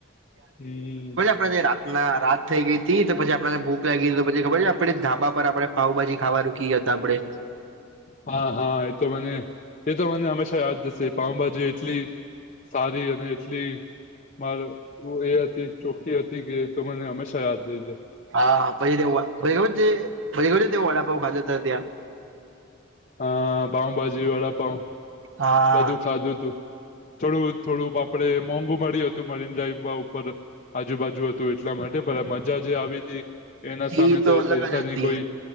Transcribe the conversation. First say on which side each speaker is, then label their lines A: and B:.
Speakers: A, on the left; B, on the right.
A: હમ
B: આપ રાતના રાત થઈ ગઈી હતી તો પછી આપણને ભૂખ લાગી હતી તો પછી ખબર છે આપડે ધાબા પર આપડે પાઉભાજી ખાવા રૂકી ગ્યા હતા આપડે
A: હા હા એતો મને એતો મને હંમેશા યાદ હશે પાવભાજી એટલી સારી અને એટલી મારે એ હતી ચોખ્ખી હતી કે એ તો મને હંમેશા યાદ રહી દે
B: હા હા પયરો વા પઇ ખબર છે પઇ ખબર તે વડાપઉ ખાધ તા ત્યાં
A: અ પાઉભાજી વડા પાઉ
B: હા
A: બધું ખાધું તું થોડું થોડું આપડે મોંઘુ મળ્યું હતું મરીન ડ્રાઈવમાં ઉપર. આજુબાજુ હતું એટલા માટે પણ મજા જે આવી તી એના સામે
B: ઈ
A: તો એ
B: અલગ
A: પૈસા
B: જ
A: ની
B: હતી
A: કોઈ